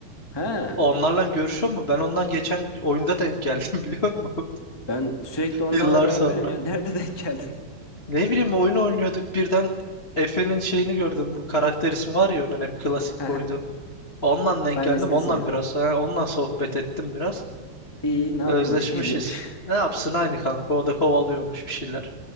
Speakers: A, on the left; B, on the left.
A: He,
B: Onlarla görüşüyor mu? Ben ondan geçen oyunda denk geldim <laughs> biliyor musun?
A: ben sürekli onlarla
B: Yıllar
A: beraberim
B: sonra.
A: ya. <laughs> Nerede denk geldin?
B: Ne bileyim oyun oynuyorduk birden Efe'nin şeyini gördüm. Bu karakter ismi var ya onun hep klasik
A: <laughs>
B: koydu.
A: He he.
B: Ondan denk
A: Sayın
B: geldim.
A: Anestezya.
B: Ondan biraz sonra ondan sohbet ettim biraz.
A: İyi, ne yapıyormuş,
B: Özleşmişiz.
A: ne ediyormuş
B: Ne yapsın aynı kanka o da kovalıyormuş bir şeyler.